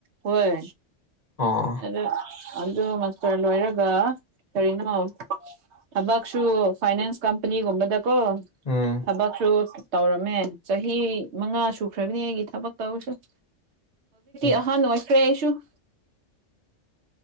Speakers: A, on the right; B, on the left.
A: ꯍꯣꯏ
B: ꯑꯣ
A: ꯑꯗ ꯑꯗꯨ ꯃꯥꯁꯇꯔ ꯂꯣꯏꯔꯒ ꯀꯔꯤꯅꯣ ꯊꯕꯛꯁꯨꯁꯨ ꯐꯥꯏꯅꯥꯟꯁ ꯀꯝꯄꯅꯤꯒꯨꯝꯕꯗꯀꯣ
B: ꯎꯝ
A: ꯊꯕꯛꯁꯨ ꯇꯧꯔꯝꯃꯦ ꯆꯍꯤ ꯃꯉꯥ ꯁꯨꯈ꯭ꯔꯕꯅꯤ ꯑꯩꯒꯤ ꯊꯕ ꯇ ꯍꯧꯖꯤꯛ
B: ꯎꯝ.
A: ꯑꯍ ꯅꯣꯏ ꯀ꯭ꯔꯦꯁꯁꯨ